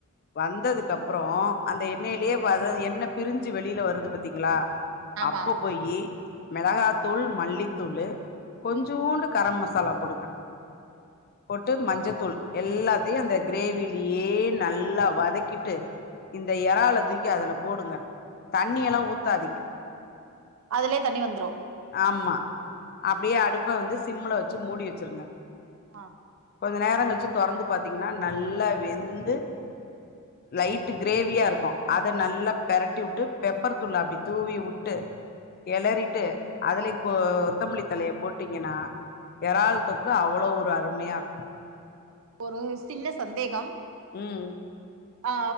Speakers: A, on the left; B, on the right.
A: வந்ததுக்கு அப்றோ அந்த எண்ணெயிலயே வத எண்ண பிரிஞ்சு வெளில வருது பாத்தீங்களா
B: ஆமா
A: அப்ப போயி மெளகாத்தூள் மல்லித்தூளு கொஞ்சோண்டு
B: ம்
A: கரம் மசாலா போடுங்க போட்டு மஞ்சத்தூள் எல்லாத்தையு அந்த க்ரேவிலேயே நல்லா வதக்கிட்டு இந்த எறல தூக்கி அதுல போடுங்க தண்ணி எல்லா ஊத்தாதீங்க
B: அதுலே தண்ணி வந்துரு
A: ஆம்மா அப்டியே அடுப்ப வந்து சிம்ல வச்சு மூடி வச்சிருங்க
B: மா
A: கொஞ்ச நேரங் கழுச்சு தொறந்து பாத்தீங்கன்னா நல்லா வெந்து லைட் க்ரேவியா இருக்கு அத நல்லா பெரட்டி வுட்டு பெப்பர் தூள அப்டி தூவி வுட்டு கெளறிட்டு அதுலயே கொ கொத்தமல்லி தழைய போட்டீங்கென்னா எறால் தொக்கு அவ்ளோ ஒரு அருமையா இருக்கு
B: ஒரு சின்ன சந்தேகம்
A: ம்
B: அ